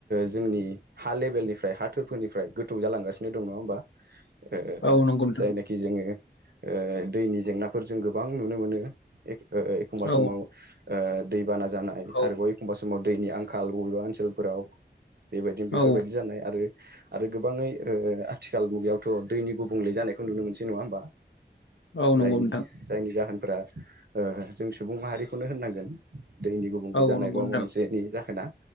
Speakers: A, on the right; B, on the left.
A: जोंनि हा लेबेलनिफ्राय हा थोरफोरनिफ्राय गोथौ जालांगसिनो दं नङा होमबा ओ
B: औ नंगौ नोंथां
A: जायनाखि जोङो ओ दैनि जेंना फोर जों गोबां नुनो मोनो एखमबा
B: औ
A: समाव दैबाना जानाय
B: औ
A: आरो बय एखमबा समाव दैनि आंखाल बबेबा ओनसोलफोराव बेबायदिनो बेफोरबायदि
B: औ
A: जानाय आरो आरो गोबाङै ओ आथिखाल मुगायाव थ' दैनि गुबुंले जानायखौ नुनो मोनसै नङा होमबा?
B: औ नंगौ
A: जायनि
B: नोंथां
A: जायनि जाहोनफ्रा ओ जों सुबुं माहारिखौनो होननांगोन। दैनि गुबुंले
B: औ
A: जानाय
B: नंगौ
A: बा
B: नोंथां
A: माबा मोनसेनि जाहोना।